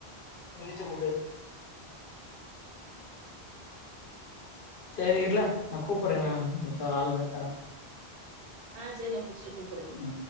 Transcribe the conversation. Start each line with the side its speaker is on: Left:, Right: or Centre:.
Left: முரிச்சு போட்டு சரி இல நா கூப்பறேன் நா கொஞ்ச ஆளு இருக்காங்க
Right: அ சரி முட்ச்சுட்டு கூப்டு
Left: ம்